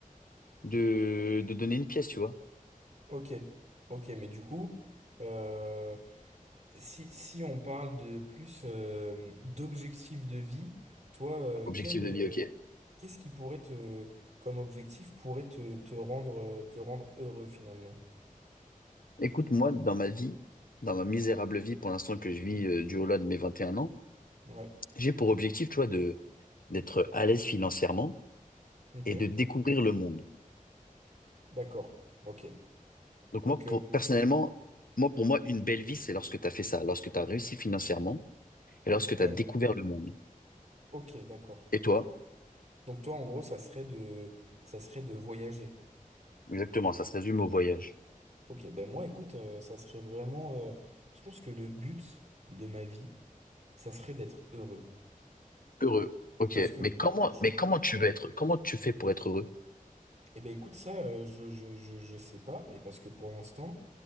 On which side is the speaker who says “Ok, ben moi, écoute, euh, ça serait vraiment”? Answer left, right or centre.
Right